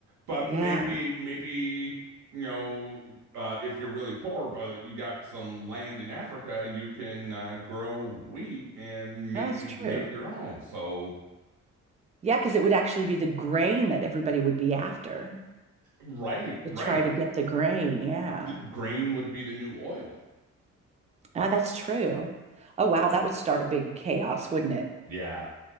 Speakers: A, on the right; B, on the right.
A: but
B: Yeah.
A: maybe, maybe, you know, uh, if you're really poor, but you got some land in Africa, you can uh, grow wheat and maybe
B: Well, that's true.
A: make your own. So,
B: Yeah, because it would actually be the grain that everybody would be after
A: right,
B: to
A: right.
B: try to get the grain. Yeah.
A: Th- grain would be the new oil.
B: Ah, that's true. Oh, wow. That would start a big chaos, wouldn't it?
A: Yeah,